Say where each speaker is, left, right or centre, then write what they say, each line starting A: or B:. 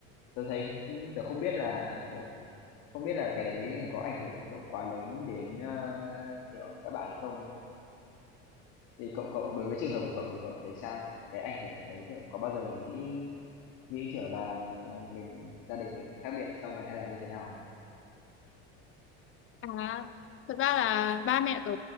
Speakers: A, on the left (about 70°); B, on the left (about 40°).
A: tớ thấy tớ không biết là kiểu Không biết là cái đấy có ảnh hưởng, kiểu, quá lớn đến, ơ, kiểu, các bạn ấy không? Thì cậu cậu đối với trường hợp của cậu thì cậu thấy sao? Kiểu, cái ảnh hưởng đấy, kiểu, có bao giờ nghĩ nghĩ, kiểu là, mình gia đình mình khác biệt xong rồi hay là như thế nào?
B: À, thật ra là ba mẹ tớ